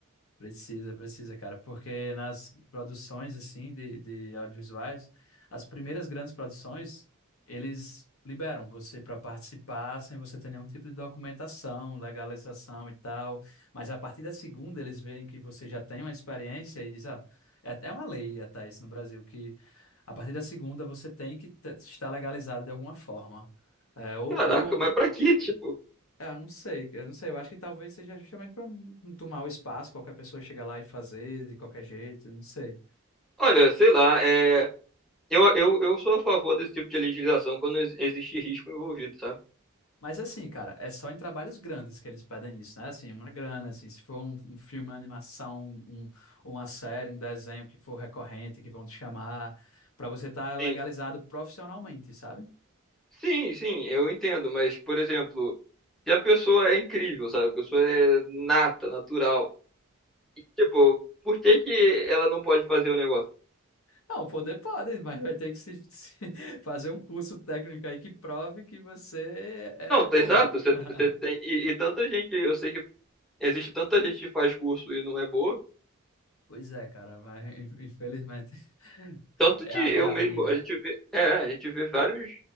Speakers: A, on the left; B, in the centre.
A: Precisa, precisa, cara, porque nas produções assim de, de audiovisuais, as primeiras grandes produções, eles liberam você para participar sem você ter nenhum tipo de documentação, legalização e tal. Mas a partir da segunda, eles veem que você já tem uma experiência e diz, ah, é até uma lei até isso no Brasil, que a partir da segunda você tem que te- estar legalizado de alguma forma. É, ou,
B: Caraca,
A: ou
B: mas pra quê? Tipo,
A: é, Eu não sei, eu não sei. Eu acho que talvez seja justamente para não tomar o espaço, qualquer pessoa chega lá e fazer de qualquer jeito, eu não sei.
B: olha, sei lá, é. Eu, eu, eu sou a favor desse tipo de legislação quando ex- existe risco envolvido, sabe?
A: Mas assim, cara, é só em trabalhos grandes que eles pedem isso, né? Assim, uma grana, assim, se for um, um filme, uma animação, um- uma série, um desenho que for recorrente, que vão te chamar, para você estar
B: Sim,
A: legalizado profissionalmente, sabe?
B: Sim, sim, eu entendo, mas, por exemplo, se a pessoa é incrível, sabe? A pessoa é nata, natural. E, tipo, por que que ela não pode fazer o negócio?
A: Não, poder pode, mas vai ter que se, <laughs> se fazer um curso técnico aí que prove que você é
B: Não,
A: bom.
B: tá exato, você,
A: <laughs>
B: você tem. E, e tanta gente, eu sei que existe tanta gente que faz curso e não é boa.
A: Pois é, cara, mas <laughs> infelizmente <laughs>
B: Tanto
A: é
B: de
A: a,
B: eu
A: é a
B: mesmo,
A: vida.
B: a gente vê, é, a gente vê vários,